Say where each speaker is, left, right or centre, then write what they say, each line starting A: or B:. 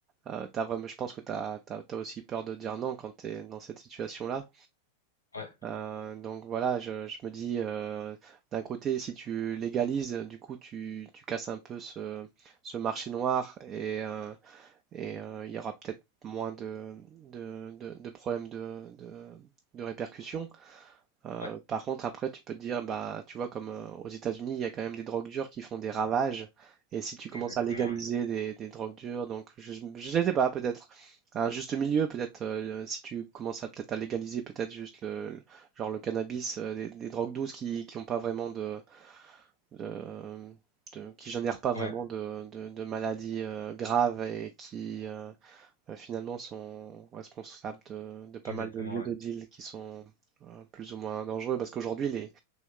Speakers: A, on the right; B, on the left.
A: Euh, t'as vraiment, je pense que tu as, aussi peur de dire non quand tu es dans cette situation-là.
B: ouais
A: Euh, donc voilà, je, je me dis, euh, d'un côté, si tu légalises, du coup, tu, tu casses un peu ce, ce marché noir et, euh, et, euh, il y aura peut-être moins de, de, de- de problèmes de, de, de répercussions. Euh,
B: ouais
A: par contre, après, tu peux te dire, bah, tu vois, comme euh, aux États-Unis, il y a quand même des drogues dures qui font des ravages. Et si tu commences
B: exactement
A: à légaliser
B: ouais
A: des, des drogues dures, donc je ne sais pas, peut-être un juste milieu, peut-être euh, si tu commences à peut-être à légaliser peut-être juste le, le- genre le cannabis, euh, des, des drogues douces qui qui ont pas vraiment de, de- de- qui génèrent pas vraiment
B: ouais
A: de, de, de maladies euh, graves et qui, euh, euh, finalement sont responsables de, de pas
B: exactement
A: mal de lieux
B: ouais
A: de deal qui sont euh, plus ou moins dangereux parce qu'aujourd'hui les,